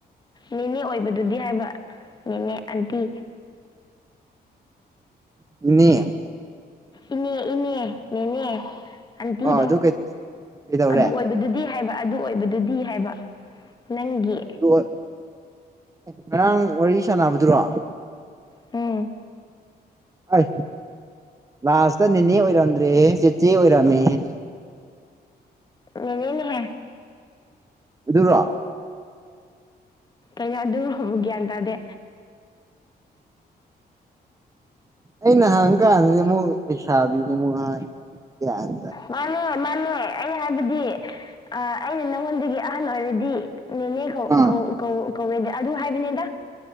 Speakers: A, on the left; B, on the right.
A: ꯅꯦꯅꯦ ꯑꯣꯏꯕꯗꯨꯗꯤ ꯍꯥꯏꯕ ꯅꯦꯅꯦ ꯑꯟꯇꯤ
B: ꯅꯦ
A: ꯏꯅꯦ ꯏꯅꯦ ꯅꯦꯅꯦ ꯑꯟꯇꯤꯗꯣ
B: ꯑ ꯑꯗꯨ ꯀꯩꯗꯧꯔꯦ
A: ꯑꯗꯨ ꯑꯣꯏꯕꯗꯨꯗꯤ ꯍꯥꯏꯕ ꯑꯗꯨ ꯑꯣꯏꯕꯗꯨꯗꯤ ꯍꯥꯏꯕ ꯅꯪꯒꯤ
B: ꯑꯗꯨ ꯉꯔꯥꯡ ꯋꯥꯔꯤ ꯁꯥꯟꯅꯕꯗꯨꯔꯣ
A: ꯑꯨꯝ
B: ꯑꯩ ꯂꯥꯁꯇ ꯅꯦꯅꯦ ꯑꯣꯏꯔꯝꯗ꯭ꯔꯦꯍꯦ ꯆꯤꯆꯦ ꯑꯣꯏꯔꯝꯃꯦꯍꯦ
A: ꯅꯦꯅꯦꯅꯤꯍꯦ
B: ꯑꯗꯨꯔꯣ
A: ꯀꯩꯅꯣ ꯑꯗꯨꯕꯨ ꯒ꯭ꯌꯥꯟ ꯇꯥꯗꯦ
B: ꯑꯩꯅ ꯍꯪ ꯀꯥꯟꯗꯗꯤ ꯑꯃꯨꯛ ꯂꯩꯩꯁꯥꯕꯤꯅꯦ ꯑꯃꯨꯛ ꯍꯥꯏ ꯒꯌ꯭ꯥꯟ
A: ꯃꯥꯅꯦ ꯃꯥꯅꯦ ꯑꯩ ꯍꯥꯏꯕꯗꯤ ꯑ ꯑꯩꯅ ꯅꯉꯣꯟꯗꯒꯤ ꯑꯍꯟ ꯑꯣꯏꯔꯗꯤ ꯅꯦꯅꯦ ꯀꯧ
B: ꯑꯥ
A: ꯀꯧ ꯀꯣ ꯀꯧꯋꯦꯗ ꯑꯗꯨ ꯍꯥꯏꯕꯅꯤꯗ